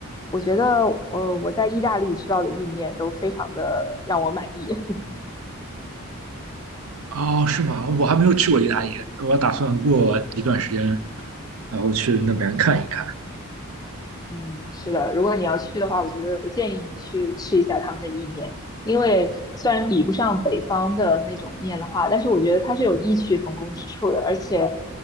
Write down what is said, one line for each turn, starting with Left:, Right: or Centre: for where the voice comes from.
Left: 我觉得，呃，我在意大利吃到的意面都非常的让我满意。
Right: 哦，是吗？我还没有去过意大利，我打算过一段时间，然后去那边看一看。
Left: 嗯，是的，如果你要去的话，我觉得我建议你去吃一下他们的意面，因为虽然比不上北方的那种面的话，但是我觉得它是有异曲同工之处的，而且，